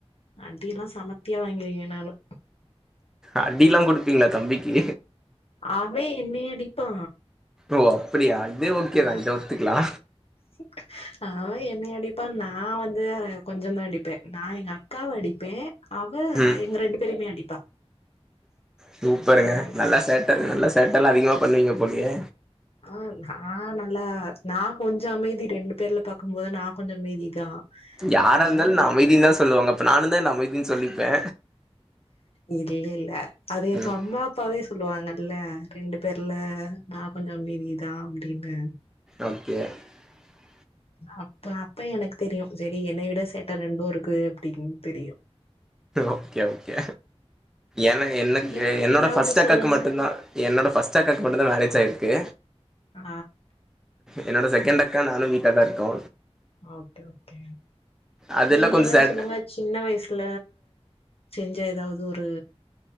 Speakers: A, on the left; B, in the centre.
A: அடுயெல்லா செமத்தியா வாங்கிருங்க இவனால
B: அடில்லா குடுப்பீங்ளா தம்பிக்கி
A: அவவே என்னைய அடிப்பா
B: ஓ அப்டியா இதே ஓகேதா
A: ஆ
B: இத ஒத்துக்லா
A: <unintelligible> அவ என்னய அடிப்பா நா வந்து கொஞ்சம் தா அடிப்பே நா எங்க அக்காவ அடிப்பே அவ
B: ம்
A: எங்க ரெண்டு பேருமே அடிப்பா
B: சூப்பருங்க
A: அந்த மாரி இருக்கு
B: நல்லா சேட்ட நல்லா சேட்ட எல்லா அதிகமா பண்ணுவீங்க போலியே
A: ஆஹ் ஆஹ் நல்லா நா கொஞ்ச அமைதி ரெண்டு பேர்ல பாக்கும் போது நா கொஞ்சம் அமைதிதா
B: யாராருந்தாலு
A: ஆனா
B: நா அமைதின் தா சொல்லுவாங்க அப்ப நானுந்தா என்ன அமைதின்னு சொல்லிப்பே
A: இல்ல இல்ல அது எங்கம்மா
B: ம்
A: அப்பாவே சொல்லுவாங்கல்ல ரெண்டு பேர்ல நா கொஞ்சம் அமைதிதா அப்டின்னு
B: ஓகே !!!!!
A: அப்ப அப்ப எனக்கு தெரியு சேரி என்னை விட சேட்ட ரெண்டு இருக்கு அப்டின்னு தெரியு
B: ஓகே ஓகே எனக் எனக்கு
A: நீங்க
B: என்னோட
A: ஏதாவது
B: ஃபஸ்டக்காக்கு
A: சொல்லுங்க.
B: மட்டு தா என்னோட ஃபர்ஸ்ட் அக்காக்கு மட்டு தா மேரேஜ் ஆயிருக்கு
A: ஆ
B: என்னோட செகண்ட் அக்கா நானும் வீட்ல தா இருக்கோ
A: அ ஓகே ஓகே
B: அதெல்லா
A: நீங்க
B: கொஞ்சோ
A: ஏதாவது
B: சேட்
A: சொல்லுங்க சின்ன வயசுல செஞ்ச எதாவது ஒரு